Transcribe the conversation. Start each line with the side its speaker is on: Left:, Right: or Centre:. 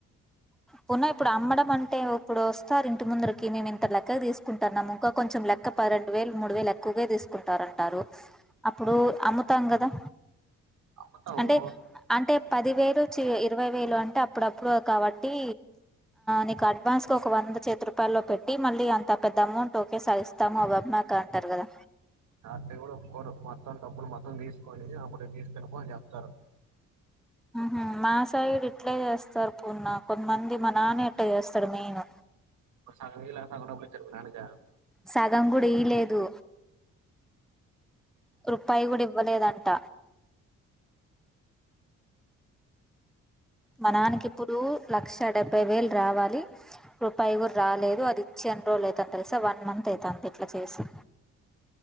Centre: పోున ఇప్పుడు అమ్మడం అంటే ఇప్పుడు వస్తారు ఇంటి ముందరికి మేము ఇంత లెక్క తీసుకుంటారున్నాము ఇంకా కొంచెం లెక్క ప రెండు వేలు మూడు వేలు ఎక్కువగా తీసుకుంటారు అంటారు అప్పుడు అమ్ముతాం కదా
Right: అమ్ముతాము
Centre: అంటే అంటే పది వేలు ఇరవై వేలు అంటే అప్పుడప్పుడు కాబట్టి నీకు అడ్వాన్స్గా ఒక వంద చేతి రూపాయల్లో పెట్టి మళ్ళీ అంత పెద్ద అమౌంట్ ఓకే సాగిస్తాము అబాబ మాకు అంటారు కదా
Right: నా దేవుడు ఒక్కరు ఒక మొత్తం డబ్బులు మొత్తం తీసుకొని అప్పుకి తీసుకెళపో అని చెప్తారు
Centre: హ మా సైడు ఇట్లే చేస్తారు పున్న కొంతమంది మా నాన్న ఎట్లా చేస్తాడు మెయిన్
Right: సం సగం పారుకు ననుక
Centre: సగం కూడా ఇయలేదు రూపాయి కూడా ఇవ్వలేదంట మనానికి ఇప్పుడు లక్ష డెబ్బై వేలు రావాలి రూపాయిగురు రాలేదు అది ఇచ్చిన రోజులు అవుతని తెలుసా వన్ మంత్ అవుత అంత ఇట్లా చేసి